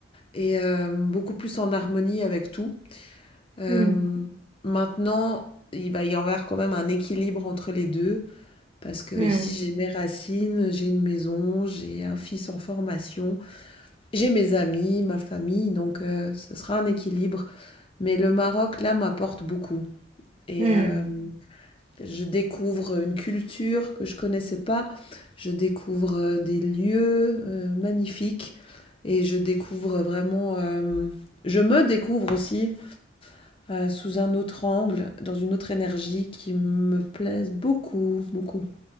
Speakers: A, on the left; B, on the right.
A: et euh, beaucoup plus en harmonie avec tout. Euh,
B: hmm,
A: maintenant, il va y avoir quand même un équilibre entre les deux. Parce que
B: hmm,
A: ici j'ai mes racines, j'ai une maison, j'ai un fils en formation, j'ai mes amis, ma famille, donc euh, ce sera un équilibre. Mais le Maroc, là, m'apporte beaucoup. Et
B: hmm.
A: euh, je découvre une culture que je connaissais pas, je découvre euh, des lieux euh, magnifiques et je découvre vraiment, euh, je me découvre aussi euh, sous un autre angle, dans une autre énergie qui me plaise beaucoup, beaucoup.